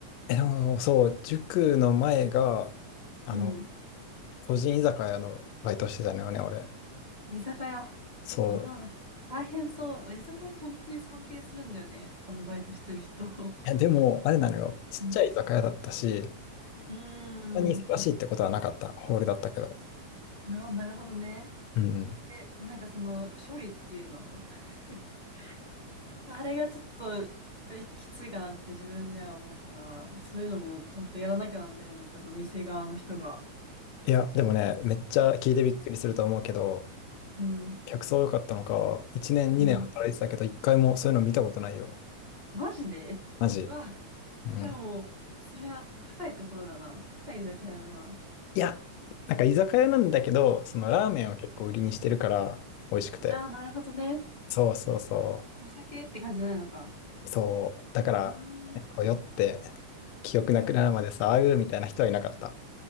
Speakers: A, on the left; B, on the right.
A: え、でもそう、塾の前が、あの、
B: うん。
A: 個人居酒屋のバイトしてたのよね、俺。
B: 居酒屋。ああ、
A: そ
B: 大変そう。居酒屋本当に尊敬するんだよね。あのバイトしてる人。<laughs>
A: う。え、でも、あれなのよ、ちっちゃい居酒屋だったし、
B: うん。
A: そ
B: うー
A: んなに忙しいってことはなかった、
B: ん。
A: ホールだったけど。
B: ああ、なるほどね。
A: うん。
B: え、なんかその処理っていうの、<laughs> あれがちょっとえきついかなって自分では思うから、そういうのもちゃんとやらなきゃなんだよね、多分店側の人が。
A: いや、でもね、めっちゃ聞いてびっくりすると思うけど、
B: うん、
A: 客層良かったのか、1年、
B: うん。
A: 2年働いてたけど、1回もそういうの見たことないよ。
B: マジでうわ、
A: マジ。うん。
B: それはもう、それは高いところだな。高い居酒屋だな。
A: いや、なんか居酒屋なんだけど、そのラーメンを結構売りにしてるから、
B: うん
A: 美味しくて。
B: ああ、なるほどね。
A: そうそうそ
B: お酒って感じじゃないのか。
A: う。そう。だから、
B: うーん、
A: ねこう酔って、記憶なくなるまでさ、あうみたいな人はいなかった。